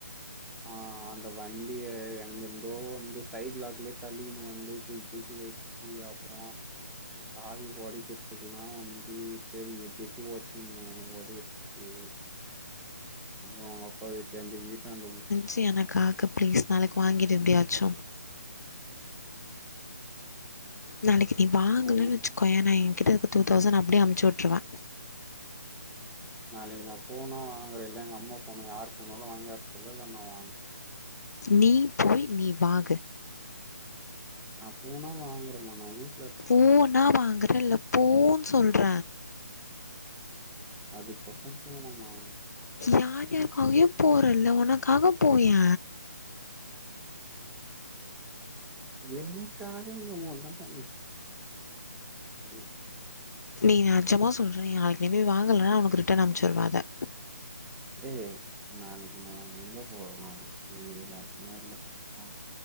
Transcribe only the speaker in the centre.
ஆ அந்த வண்டிய எங்கிர்ந்தோ வந்து சைட் லாக்குலே தள்ளீன்னு வந்து தூக் தூக்கி வ ச்சுஅப்றோ அந்த சாவி ஒடைக்கெற்துக்குலாவு வந்து சரிங்கட்டு எட்டி எட்டி ஒட்ச்சு இந்தங்க ஒடய சேரி இன்னு அவ்ங்க அப்பா வீட்ல இர்ந்து வீட்டான்ட உ
ம்
சோழனா
நாளைக்கு நா போனா வாங்குற இல்ல எங்க அம்மா போனா யாரு போனாலு வாங்வர சொல்ற இல்ல நா வாங்
நா போனா வாங்கறமா நா வீட்
அது கொசம் போனமா
<inaudible> எனக்காக நம்மல்லா <unintelligible>
ஏ நாளைக்கு நா எங்க போறோ நாளைக்கி வேறொன்னுல்ல மா